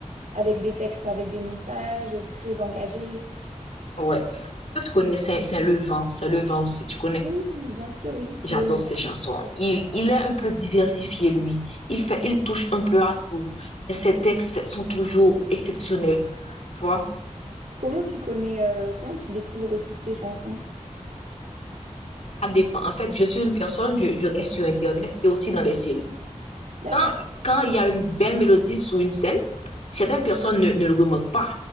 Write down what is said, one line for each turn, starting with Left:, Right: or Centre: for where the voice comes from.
Right: avec des textes, avec des messages euh, très engagés.
Left: Ouais. Est-ce que tu connais Saint, Saint Levant? Saint Levant aussi, tu connais?
Right: Oui, bien sûr, oui.
Left: J'adore
Right: Le libéral.
Left: ses chansons. Il, il est un peu diversifié, lui. Il fait, il touche un peu à tout. Mais ses textes sont toujours exceptionnels, tu vois?
Right: Comment tu connais, euh, comment tu découvres toutes ces chansons?
Left: Ça dépend. En fait, je suis une personne, je, je reste sur Internet et aussi dans les séries.
Right: D'accord.
Left: Quand, quand il y a une belle mélodie sur une scène, certaines personnes ne, ne le remarquent pas.